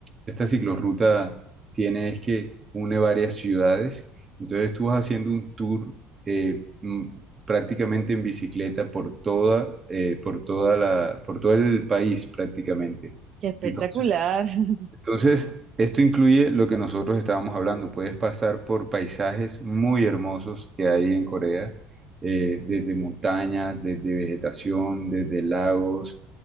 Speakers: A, on the right; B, on the right.
A: esta ciclorruta tiene es que une varias ciudades. Entonces tú vas haciendo un tour eh, mm, prácticamente en bicicleta por toda, eh, por toda la, por todo el país prácticamente.
B: Qué espectacular.
A: Entonces
B: <laughs>
A: entonces, esto incluye lo que nosotros estábamos hablando. Puedes pasar por paisajes muy hermosos que hay en Corea, eh, desde montañas, desde vegetación, desde lagos.